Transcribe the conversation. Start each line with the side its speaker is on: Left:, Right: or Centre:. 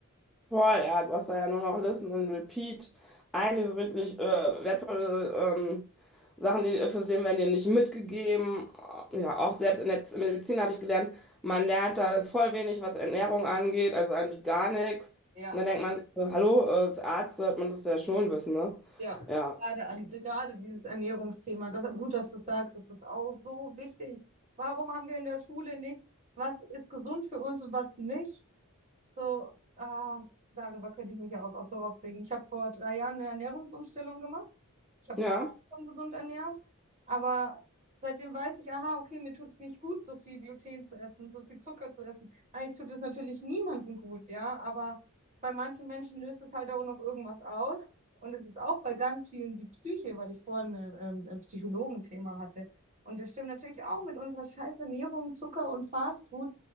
Centre: Voll, ja, du hast da ja nur noch Listen and Repeat. Eigentlich so wirklich äh, wertvolle ähm, Sachen, die äh, fürs Leben werden dir nicht mitgegeben. Ja, auch selbst in der Z- Medizin habe ich gelernt, man lernt da voll wenig, was Ernährung angeht, also eigentlich gar nichts.
Right: Ja,
Centre: Und dann denkt man sich so, hallo, äh, als Arzt sollte man das ja schon wissen, ne?
Right: ja.
Centre: Ja,
Right: Gerade, an, gerade dieses Ernährungsthema, das, gut, dass du es sagst, das ist auch so wichtig. Warum haben wir in der Schule nicht, was ist gesund für uns und was nicht? So, ah, darüber könnte ich mich ja auch, auch so aufregen. Ich habe vor drei Jahren eine Ernährungsumstellung gemacht. Ich habe
Centre: ja.
Right: mich fast schon gesund ernährt, aber seitdem weiß ich, aha, okay, mir tut es nicht gut, so viel Gluten zu essen, so viel Zucker zu essen. Eigentlich tut es natürlich niemandem gut, ja, aber bei manchen Menschen löst es halt auch noch irgendwas aus. Und es ist auch bei ganz vielen die Psyche, weil ich vorhin äh, ähm, ein Psychologenthema hatte. Und das stimmt natürlich auch mit unserer scheiß Ernährung, Zucker und Fastfood